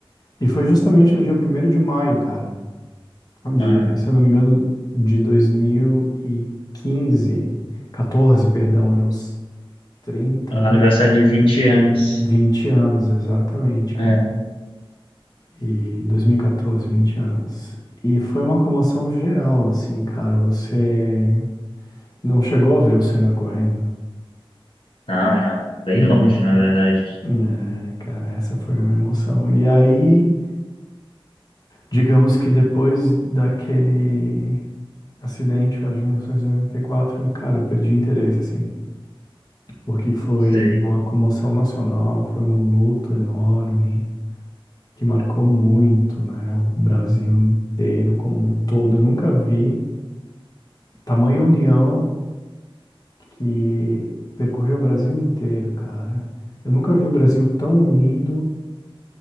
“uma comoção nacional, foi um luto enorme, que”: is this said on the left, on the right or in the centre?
Left